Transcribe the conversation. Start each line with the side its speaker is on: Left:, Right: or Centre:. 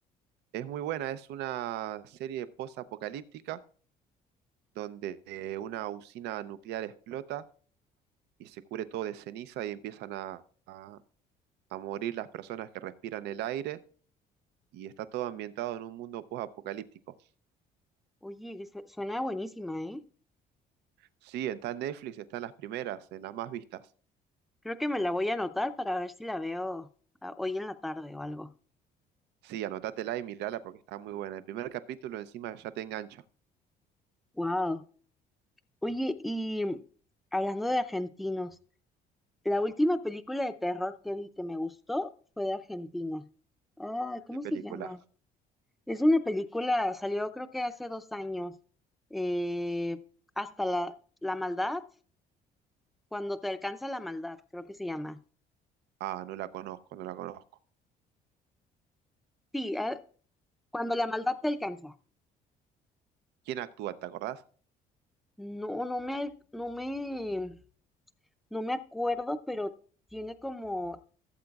Right: Es muy buena, es una serie post-apocalíptica donde eh, una usina nuclear explota y se cubre todo de ceniza y empiezan a a- a morir las personas que respiran el aire y está todo ambientado en un mundo post-apocalíptico.
Centre: Oye, se- suena buenísima, ¿eh?
Right: Sí, está en Netflix, está en las primeras, en las más vistas.
Centre: Creo que me la voy a anotar para ver si la veo ah, hoy en la tarde o algo.
Right: Sí, anótatela y mirala porque está muy buena. El primer capítulo encima ya te engancha.
Centre: Wow. Oye, y hablando de argentinos. La última película de terror que vi que me gustó fue de Argentina. Ay, ¿cómo
Right: ¿Qué película?
Centre: se llama? Es una película, salió creo que hace dos años. eh, hasta la, la maldad, cuando te alcanza la maldad, creo que se llama.
Right: Ah, no la conozco, no la conozco.
Centre: Sí, ah, cuando la maldad te alcanza.
Right: ¿Quién actúa? ¿Te acordás?
Centre: No, no me, no me, no me acuerdo, pero tiene como,